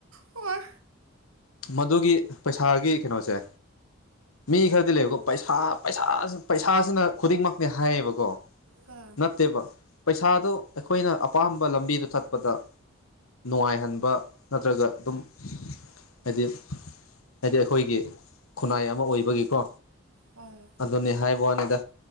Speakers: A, on the right; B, on the left.
A: ꯍꯣꯏ
B: ꯃꯗꯨꯒꯤ ꯄꯩꯁꯥꯒꯤ ꯀꯩꯅꯣꯁꯦ ꯃꯤ ꯈꯔꯗꯤ ꯂꯩꯕꯀꯣ ꯄꯩꯁꯥ ꯄꯩꯁꯥ ꯄꯩꯁꯥꯁꯤꯅ ꯈꯨꯗꯤꯡꯃꯛꯅꯦ ꯍꯥꯏꯌꯦꯕꯀꯣ
A: ꯍꯥꯥ
B: ꯅꯠꯇꯦꯕ ꯄꯩꯁꯥꯗꯣ ꯑꯩꯈꯣꯏꯅ ꯑꯄꯥꯝꯕ ꯂꯝꯕꯤꯗ ꯆꯠꯄꯗ ꯅꯨꯡꯉꯥꯏꯍꯟꯕ ꯅꯠꯇ꯭ꯔꯒ ꯑꯗꯨꯝ ꯍꯥꯏꯗꯤ ꯍꯥꯏꯗꯤ ꯑꯩꯈꯣꯏꯒꯤ ꯈꯨꯟꯅꯥꯏ ꯑꯃ ꯑꯣꯏꯕꯒꯤꯀꯣ꯫
A: ꯍꯣꯏ꯫
B: ꯑꯗꯨꯅꯤ ꯍꯥꯏꯕ ꯋꯥꯅꯤꯗ